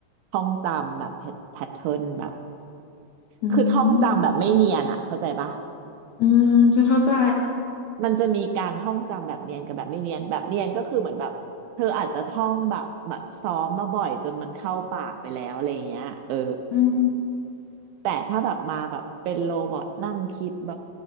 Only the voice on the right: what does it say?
ท่องจำแบบแพทเทิร์นแบบ
คือท่องจำแบบไม่เนียนอะเข้าใจปะ
มันจะมีการท่องจำแบบเนียนกับแบบไม่เนียนแบบเนียนก็คือเหมือนแบบเธออาจจะท่องแบบแบบซ้อมมาบ่อยจนมันเข้าปากไปแล้วอะไรเงี้ยเออ
แต่ถ้าแบบมาแบบเป็นโรบอทนั่งคิดแบบ